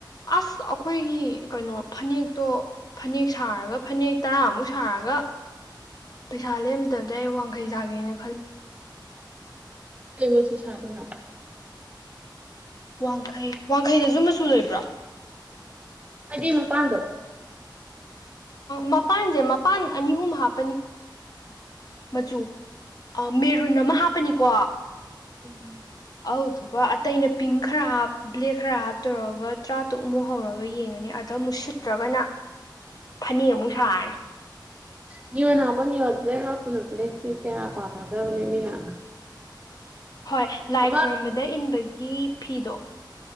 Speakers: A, on the left; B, on the right.
A: ꯑꯁ ꯑꯩꯈꯣꯏꯒꯤ ꯀꯩꯅꯣ ꯐꯅꯦꯛꯇꯣ ꯐꯅꯦꯛ ꯁꯥꯔꯒ ꯐꯅꯦꯛ ꯇꯔꯥꯃꯨꯛ ꯁꯥꯔꯒ ꯄꯩꯁꯥ ꯂꯦꯝꯗꯕꯗꯩ ꯋꯥꯡꯈꯩ ꯁꯥꯒꯦꯅ ꯈꯜꯂꯤ
B: ꯀꯩ ꯃꯆꯨ ꯁꯥꯗꯩꯕ
A: ꯋꯥꯡꯈꯩ ꯋꯥꯡꯈꯩꯗꯁꯨ ꯃꯆꯨ ꯂꯩꯕ꯭ꯔꯣ
B: ꯑꯗꯨ ꯃꯄꯥꯟꯗꯣ
A: ꯃꯄꯥꯟꯁꯦ ꯃꯄꯥꯟ ꯑꯅꯤ ꯑꯍꯨꯝ ꯍꯥꯞꯄꯅꯤ ꯃꯆꯨ ꯃꯦꯔꯨꯟ ꯑꯃ ꯍꯥꯞꯄꯅꯤꯀꯣ
B: ꯎꯝ
A: ꯑꯗꯨꯗꯨꯒ ꯑꯇꯩꯅ ꯄꯤꯡ ꯈꯔ ꯍꯥꯞ ꯕ꯭ꯂꯦꯛ ꯈꯔ ꯍꯥꯞꯇꯧꯔꯒ ꯇꯔꯥꯇꯨꯛꯃꯨꯛ ꯍꯧꯔꯒ ꯌꯦꯡꯉꯅꯤ ꯑꯗ ꯑꯃꯨꯛ ꯁꯤꯠꯇ꯭ꯔꯒꯅ ꯐꯅꯦꯛ ꯑꯃꯨꯛ ꯁꯥꯔꯅꯤ
B: ꯅꯤꯌꯣꯟ ꯍꯥꯞꯄꯣ ꯅꯤꯌꯣꯟ ꯂꯣꯏ ꯍꯥꯞꯄꯨꯅꯣ ꯕ꯭ꯂꯦꯛꯁꯤ ꯀꯌꯥ ꯄꯥꯝꯅꯗ꯭ꯔꯕꯅꯤ ꯃꯤꯅ
A: ꯍꯣꯏ ꯂꯥꯏ
B: ꯑꯃ
A: ꯈꯣꯏꯔꯝꯕꯗ ꯏꯟꯕ ꯍꯤ ꯐꯤꯗꯣ